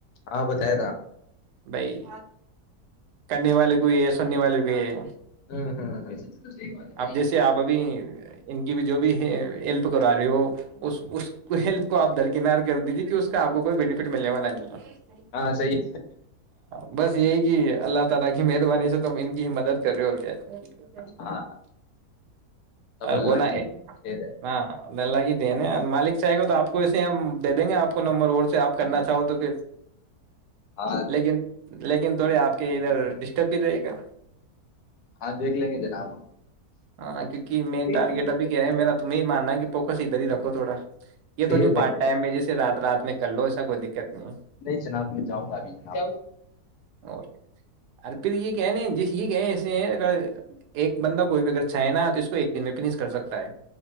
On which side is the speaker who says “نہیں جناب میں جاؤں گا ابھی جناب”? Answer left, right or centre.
Left